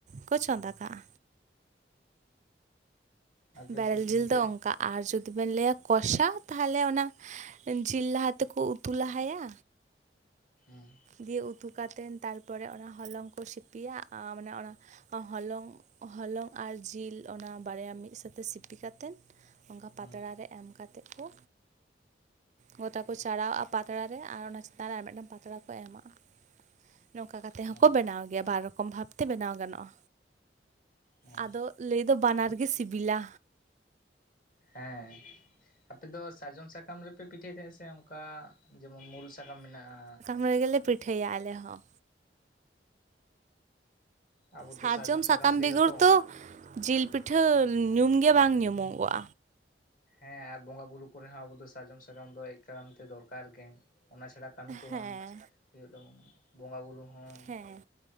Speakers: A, on the right (about 40°); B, on the left (about 50°).
A: ᱠᱚ ᱪᱚᱸᱫᱟ ᱠᱟᱜᱼᱟ
B: ᱟᱵᱮᱱ
A: ᱵᱮᱨᱮᱞ
B: ᱮᱱᱛᱮᱫ
A: ᱡᱤᱞ ᱫᱚ ᱚᱱᱠᱟᱜ ᱟᱨ ᱡᱩᱫᱤ ᱵᱮᱱ ᱞᱟᱹᱭᱟ ᱠᱚᱥᱟ ᱛᱟᱦᱚᱞᱮ ᱚᱱᱟ ᱡᱤᱞ ᱞᱟᱦᱟ ᱛᱮᱠᱚ ᱩᱛᱩ ᱞᱟᱦᱟᱭᱟ
B: ᱦᱩᱸ
A: ᱫᱤᱭᱮ ᱩᱛᱩ ᱠᱟᱛᱮᱮᱫ ᱛᱟᱨᱯᱚᱨᱮ ᱚᱱᱟ ᱦᱚᱞᱚᱝ ᱠᱚ ᱥᱤᱯᱤᱭᱟ ᱟᱸ ᱢᱟᱱᱮ ᱚᱱᱟ ᱦᱚᱞᱚᱝ ᱦᱚᱞᱚᱝ ᱟᱨ ᱡᱤᱞ ᱚᱱᱟ ᱵᱟᱨᱭᱟ ᱢᱤᱫ ᱥᱟᱛᱮ ᱥᱤᱯᱤ ᱠᱟᱛᱮᱫ ᱚᱱᱠᱟ ᱯᱟᱛᱲᱟ
B: ᱦᱮᱸ
A: ᱨᱮ ᱮᱢ ᱠᱟᱛᱮᱱ ᱠᱩ ᱜᱚᱛᱟ ᱠᱚ ᱪᱟᱨᱟᱣ ᱟᱜᱼᱟ ᱯᱟᱛᱲᱟ ᱨᱮ ᱟᱨ ᱚᱱᱟ ᱪᱮᱛᱟᱱ ᱨᱮ ᱟᱨ ᱢᱤᱫᱴᱟᱱ ᱯᱟᱛᱲᱟ ᱠᱚ ᱮᱢᱟᱜᱼᱟ ᱱᱚᱝᱠᱟ ᱠᱟᱛᱮᱜ
B: ᱦᱮᱸ
A: ᱦᱚᱸᱠᱚ ᱵᱮᱱᱟᱣ ᱜᱮᱭᱟ ᱵᱟᱨ ᱨᱚᱠᱚᱢ ᱵᱷᱟᱵᱛᱮ ᱵᱮᱱᱟᱣ ᱜᱟᱱᱚᱜᱼᱟ᱾
B: ᱦᱮᱸ
A: ᱟᱫᱚ ᱞᱟᱹᱭ ᱫᱚ ᱵᱟᱱᱟᱨ ᱜᱮ ᱥᱤᱵᱤᱞᱟ
B: ᱦᱮᱸ ᱟᱯᱮ ᱫᱚ ᱥᱟᱨᱡᱚᱢ ᱥᱟᱠᱟᱢ ᱨᱮᱯᱮ ᱯᱤᱴᱷᱟᱹᱭ ᱛᱮᱦᱮᱸ ᱥᱮ ᱚᱱᱠᱟ ᱡᱮᱢᱚᱱ ᱢᱩᱲᱩ ᱥᱟᱠᱟᱢ ᱢᱮᱱᱟᱜᱼᱟ
A: ᱢᱟᱹᱭ ᱜᱮ ᱞᱮ ᱯᱤᱴᱷᱟᱹᱭᱟ ᱟᱞᱮ ᱦᱚᱸ
B: ᱟᱵᱚ ᱛᱚ
A: ᱥᱟᱨᱡᱚᱢ ᱥᱟᱠᱟᱢ
B: ᱜᱮ
A: ᱵᱮᱜᱚᱨ
B: ᱡᱚᱛᱚ
A: ᱫᱚ ᱡᱤᱞ ᱯᱤᱴᱷᱟᱹ ᱧᱩᱢᱜᱮ ᱵᱟᱝ ᱧᱩᱢᱚᱜᱚᱜᱼᱟ
B: ᱦᱮᱸ ᱟᱨ ᱵᱚᱸᱜᱟ ᱵᱩᱨᱩ ᱠᱚᱨᱮ ᱦᱚᱸ ᱟᱵᱚ ᱫᱚ ᱥᱟᱡᱚᱢ ᱥᱟᱠᱟᱢ ᱫᱚ ᱮ ᱠᱟᱱ ᱛᱮ ᱫᱚᱨᱠᱟᱨ ᱜᱮ ᱚᱱᱟ ᱪᱷᱟᱲᱟ ᱠᱟᱹᱢᱤ ᱠᱚ
A: ᱦᱮᱸ
B: ᱵᱟᱝ ᱦᱩᱭᱩᱜ ᱛᱟᱵᱚᱱᱟ, ᱵᱚᱸᱜᱟ ᱵᱩᱨᱩᱼᱼ ᱦᱚᱸ,
A: ᱦᱮᱸ